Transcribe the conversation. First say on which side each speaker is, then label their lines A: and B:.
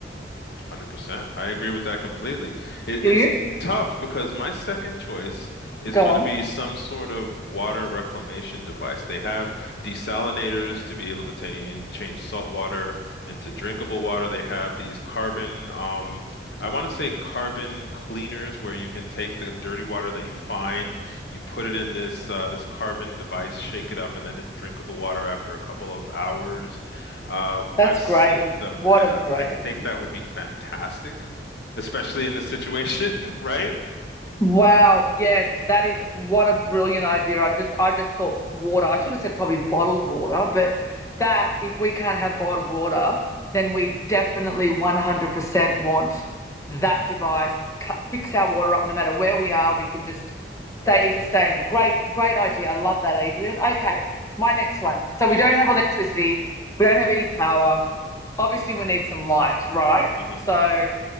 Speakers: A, on the left; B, on the left.
A: 100%. I agree with that completely. It,
B: Do
A: it's
B: you?
A: tough because my second choice is
B: Go
A: going
B: on.
A: to be some sort of water reclamation device. They have desalinators to be able to tain- change salt water into drinkable water. They have these carbon, um, I want to say carbon cleaners where you can take the dirty water that you find, you put it in this uh, this carbon device, shake it up, and then it's drinkable water after a couple of hours. Um,
B: That's
A: I've seen
B: great.
A: them,
B: What
A: and
B: a
A: I,
B: great
A: I think
B: idea.
A: that would be fantastic, especially in this situation, <laughs> right?
B: Wow, yes, that is what a brilliant idea. I just I just thought water. I should have said probably bottled water, but that if we can't have bottled water, then we definitely 100% want that device. Fix our water up no matter where we are. We can just stay sustained. Great, great idea. I love that, Adrian. Okay, my next one. So
A: hmm
B: we don't have electricity. We don't have any power. Obviously, we need some light, right?
A: hmm
B: So
A: hmm